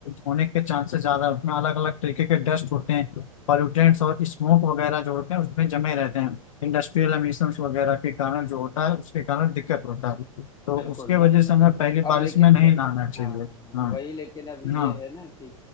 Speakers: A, on the left; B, on the left.
A: होने के चांसेस ज्यादा होते हैं अलग अलग तरीके के डस्ट होते हैं पॉल्यूटेंट्स और स्मोक वगैरह जो होते हैं उसमें जमे रहते हैं इंडस्ट्रियल एमिशंस वगैरह के कारण जो होता है उसके कारण दिक्कत होता है तो
B: बिल्कुल
A: उसके वजह
B: नहीं
A: से
B: नहीं
A: हमें पहली
B: अब
A: बारिश
B: लेकिन
A: में नहीं
B: व-
A: नहाना चाहिए
B: हाँ हाँ
A: हाँ
B: वही लेकिन अब
A: हाँ
B: ये है ना कि